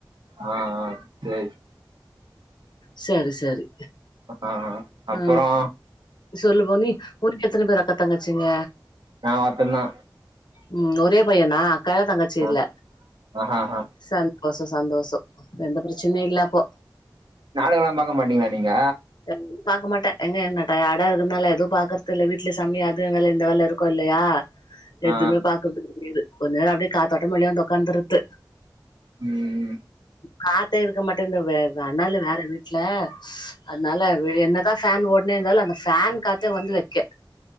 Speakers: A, on the right; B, on the left.
A: ஆ ஆ சே
B: செரி செரி
A: அ ஆ அப்பறோ
B: அ சொல்லுபா நீ உன்க்கு எத்தன பேர் அக்கா தங்கச்சிங்க
A: நா ஒர்த்தந்தா
B: ம் ஒரே பையனா அக்கா தங்கச்சி
A: ஆ
B: இல்ல
A: ஆஹஹா
B: சன் தோசொ சந்தோசொ எந்த ப்ரச்சனையு இல்ல அப்போ
A: நாடகல்லா பாக்க மாட்டீங்ளா நீங்க
B: <unintelligible> பாக்க மாட்ட எங்க என்ன டயாடா இருக்குத்னால எதுவு பாக்கற்தில்ல வீட்ல சமிய அது வேல இந்த வேல இருக்கோ இல்லையா
A: ஆ
B: எதுமே பாக்கற்த்துக் <unintelligible> கொஞ் நேரொ அப்டியே காத்தோட்டமா வெளிய வந்து ஒக்காந்துர்றது
A: ம்
B: காத்தே இருக்க மாட்டேன்து வெ அனலு வேற வீட்ல அத்னால வெ என்னதா ஃபேன் ஓட்னே இந்தாலு அந்த ஃபேன் காத்தே வந்து வெக்கெ